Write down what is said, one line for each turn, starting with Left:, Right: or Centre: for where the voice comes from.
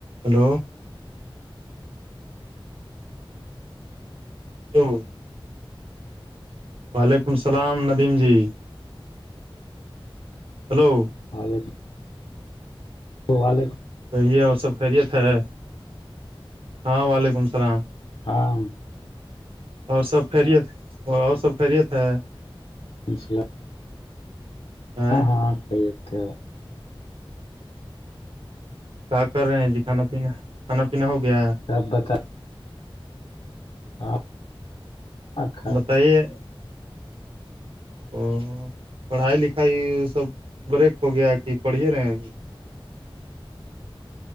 Right: Hello ہاں وعلیکم السلام ندیم جی ہلو
Left: ہاںے تو و واللیکم
Right: کہیے اور سب خیریت ہے ہاں وعلیکم السلام
Left: ہاں
Right: اور سب خیریت اور سب خیریت ہے
Left: انس اللہ
Right: ہاں
Left: ہٹ یہ تھ ہے
Right: کہ کر رہے ہیں جی کھانا پینا کھانا پینا ہو گیا ہے
Left: تب بتا ہاں خ-
Right: بتائیے ا پڑھائی لکھائی سب بریک ہو گیا کہ پڑھیے رہے ہیں اب